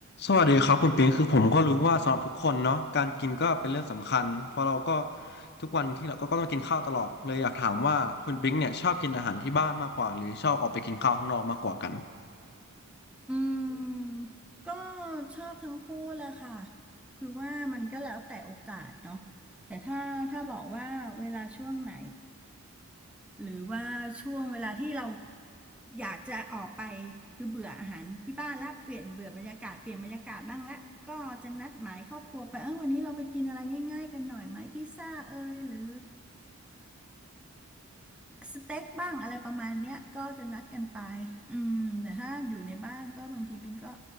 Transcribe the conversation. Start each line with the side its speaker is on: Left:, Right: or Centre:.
Left: สวัสดีครับคุณปิงคือผมก็รู้ว่าสำหรับทุกคนเนาะการกินก็เป็นเรื่องสำคัญเพราะเราก็ทุกวันที่เราก็ก็ต้องกินข้าวตลอดเลยอยากถามว่าคุณปิงเนี่ยชอบกินอาหารที่บ้านมากกว่าหรือชอบออกไปกินข้าวข้างนอกมากกว่ากัน
Centre: อืมก็ชอบทั้งคู่แหละค่ะคือว่ามันก็แล้วแต่โอกาสเนาะแต่ถ้าถ้าบอกว่าเวลาช่วงไหนหรือว่าช่วงเวลาที่เราอยากจะออกไปคือเบื่ออาหารที่บ้านละเปลี่ยนเบื่อบรรยากาศเปลี่ยนบรรยากาศบ้างละก็จะนัดหมายครอบครัวไปเออวันนี้เราไปกินอะไรง่ายๆกันหน่อยไหมพิซซ่าเอยหรือ สเต็กบ้างอะไรประมาณเนี้ยก็จะนัดกันไปอืมแต่ถ้าอยู่ในบ้านก็บางทีปิงก็